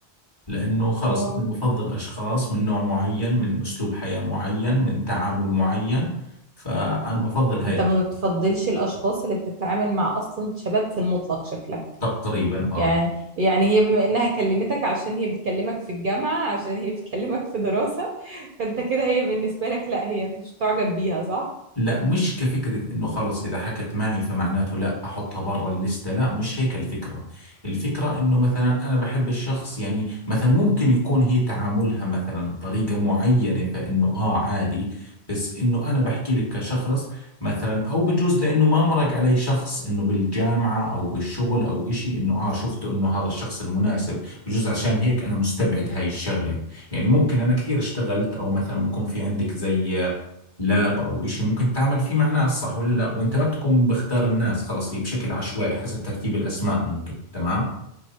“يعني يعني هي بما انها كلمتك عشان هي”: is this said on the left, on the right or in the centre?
Right